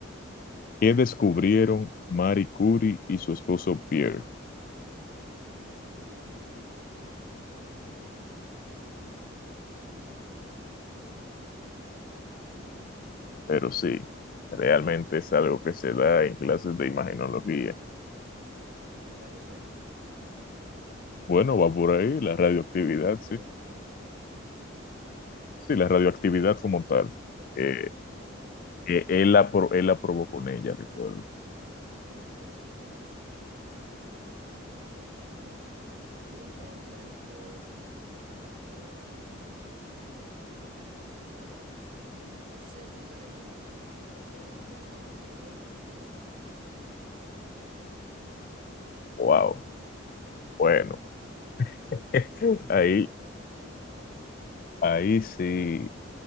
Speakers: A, on the left; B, on the right.
A: ¿qué descubrieron Marie Curie y su esposo Pierre?
B: Uh, wow, no recuerdo.
A: Pero sí, realmente es algo que se da en clases de imagenología.
B: Los rayos X,
A: Bueno, va por ahí la radioactividad,
B: la radiografía.
A: sí. Sí, la radioactividad como tal.
B: Ok,
A: Eh,
B: la radioactividad. Ok, ok,
A: eh,
B: ok.
A: él la, pro- él la probó con ella, recuerdo.
B: Ok, ok, ok. Bien, bien, bien. Bueno, voy entonces con otra pregunta. A ver, según la leyenda, ¿quiénes fueron los fundadores de Roma?
A: Wow. Bueno, <laughs>
B: <laughs> Esa está
A: ahí,
B: un poco difícil esa.
A: ahí sí,